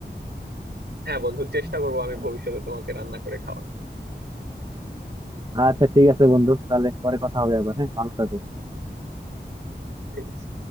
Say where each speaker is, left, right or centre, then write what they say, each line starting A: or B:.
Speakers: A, on the right; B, on the right.
A: হ্যাঁ বন্ধু চেষ্টা
B: <laughs>
A: করবো আমি ভবিষ্যতে তোমাকে রান্না করে খাওয়াবো
B: আচ্ছা ঠিক আছে বন্ধু তাহলে পরে কথা হবে আবার হ্যাঁ ভালো থাকো
A: ঠিক আছে